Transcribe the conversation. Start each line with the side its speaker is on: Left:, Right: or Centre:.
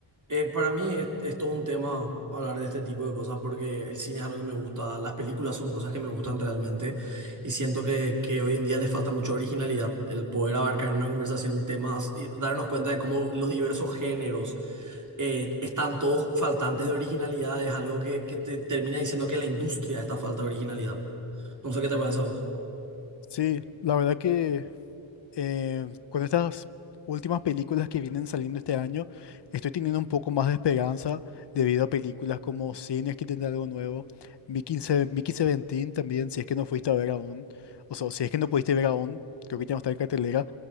Right: Eh, para mí es, es todo un tema hablar de este tipo de cosas porque el cine es algo que me gusta, las películas son cosas que me gustan realmente y siento que, que hoy en día les falta mucha originalidad, el poder abarcar en una conversación temas y darnos cuenta de cómo los diversos géneros eh, están todos faltantes de originalidad, es algo que, que te termina diciendo que la industria está falta de originalidad. No sé qué te parece a vos.
Left: Sí, la verdad que eh, con estas últimas películas que vienen saliendo este año, estoy teniendo un poco más de esperanza debido a películas como Cines que tendrá algo nuevo, Mickey, Se- Mickey 17 también, si es que no fuiste a ver aún, o sea, si es que no pudiste ver aún, creo que ya no está en cartelera.